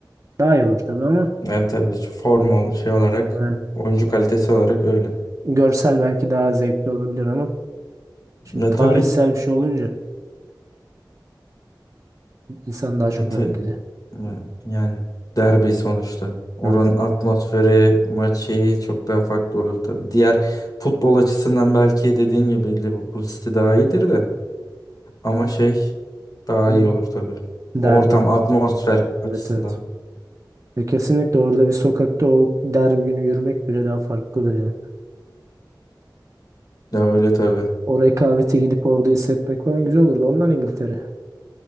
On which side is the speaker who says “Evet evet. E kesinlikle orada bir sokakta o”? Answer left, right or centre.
Right